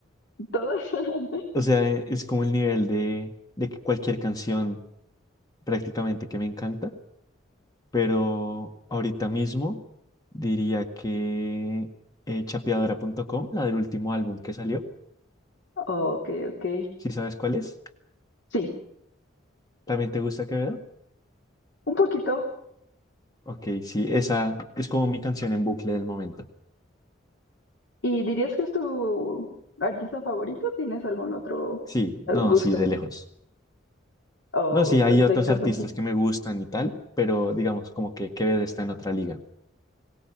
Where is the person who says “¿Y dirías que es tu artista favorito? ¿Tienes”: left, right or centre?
Left